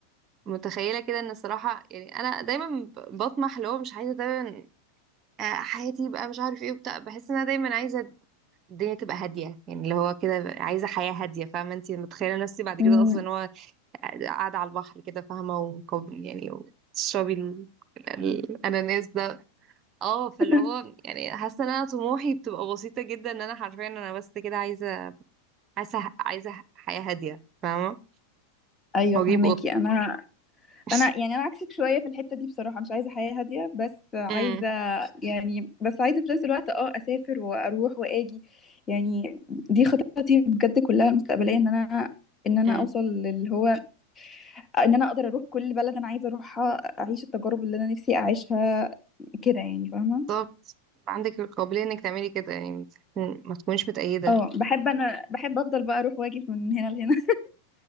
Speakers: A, on the right; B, on the left.
A: متخيلة كده إن الصراحة يعني أنا دايما بطمح اللي هو مش عايزة دايما آه، حياتي بقى مش عارف ايه وبتاع بحس ان انا دايما عايزه الدنيا تبقى هاديه يعني اللي هو كده عايزه حياه هاديه فاهمه انت متخيله نفسي بعد
B: مم.
A: كده اصلا إن هو قاعده على البحر كده فاهمه وكوب يعني وتشربي ال- ال- الاناناس ده اه فاللي
B: <laughs>
A: هو يعني حاسه ان انا طموحي بتبقى بسيطه جدا ان انا حرفيا انا بس كده عايزه عايزه عايزه حياه هاديه فاهمه
B: ايوه
A: واجيب
B: فهماكي
A: قط
B: انا
A: <laughs>
B: انا يعني انا عكسك شويه في الحته دي بصراحه مش عايزه حياه هاديه بس عايزه
A: امم
B: يعني بس عايزه في نفس الوقت اه اسافر واروح واجي يعني دي خططي بجد كلها مستقبليه ان انا ان انا
A: امم
B: اوصل للي هو ان انا اقدر اروح كل بلد انا عايزه اروحها اعيش التجارب اللي انا نفسي اعيشها كده يعني فاهمه
A: بالظبط يبقى عندك القابليه انك تعملي كده يعني ما تكونيش متأيده
B: اه بحب انا بحب افضل بقى اروح واجي من هنا لهنا